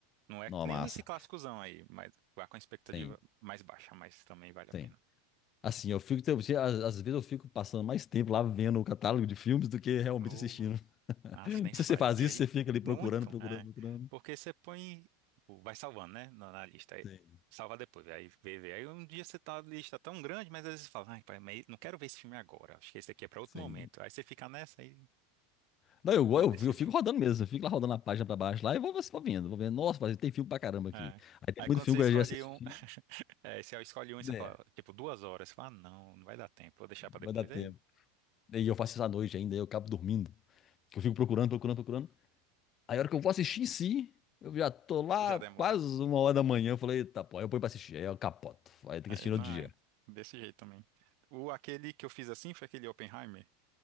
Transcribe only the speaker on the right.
Não é
que nem
esse clássicozão aí, mas vá com a expectativa
mais baixa, mas também vale a
pena.
Ou,
nossa,
nem
falha.
Que
a gente...
Muito,
é.
Porque você põe. tipo, Vai salvando, né? Na, na lista. Aí,
salva depois. Aí vê, vê. Aí um dia você tá na lista tá tão grande, mas às vezes você fala, ai, pai, mas não quero ver esse filme agora. Acho que esse aqui é pra outro
momento. Aí você fica nessa aí.
Não
decide.
É.
Aí
quando
você
escolhe
um, <laughs> é, você escolhe um
e você fala, tipo, duas horas. Você fala, ah, não, não vai dar tempo, vou deixar pra depois.
Aí
já demora.
Aí,
não,
é desse jeito também. O, aquele que eu fiz assim foi aquele Oppenheimer.